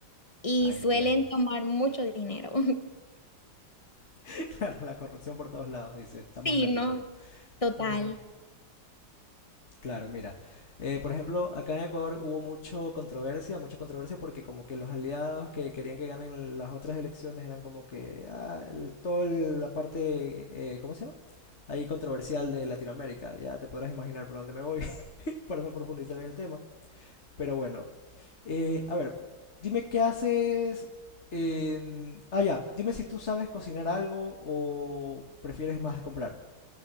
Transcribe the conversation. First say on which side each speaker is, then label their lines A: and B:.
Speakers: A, on the left; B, on the left.
A: y
B: Ah,
A: suelen
B: entiendo.
A: tomar mucho dinero. <laughs>
B: <laughs> Claro, la corrupción por todos lados, dice. Estamos
A: Sí,
B: en latino.
A: ¿no? Total.
B: Ah. Claro, mira, eh, por ejemplo, acá en Ecuador hubo mucho controversia, mucha controversia porque como que los aliados que querían que ganen las otras elecciones eran como que ah, el- toda el- la parte, eh, ¿cómo se llama? Ahí controversial de Latinoamérica. Ya te podrás imaginar por dónde me voy <laughs> para no profundizar en el tema. Pero bueno, eh, a ver, dime qué haces en... Ah, ya, dime si tú sabes cocinar algo o prefieres más comprar.